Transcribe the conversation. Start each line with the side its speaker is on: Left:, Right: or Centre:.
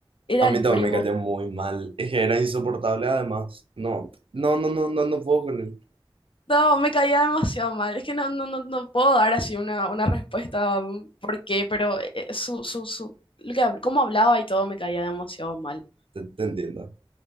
Left: era
Right: A mí
Left: el
Right: también
Left: primo.
Right: me cayó muy mal. Es que era insoportable además. No, no, no, no, no, no puedo con él.
Left: No, me caía demasiado mal. Es que no, no, no, no puedo dar así una, una respuesta mm, por qué, pero eh, eh, su, su, su, lo que, habl- cómo hablaba y todo me caía demasiado mal.
Right: Te, te entiendo.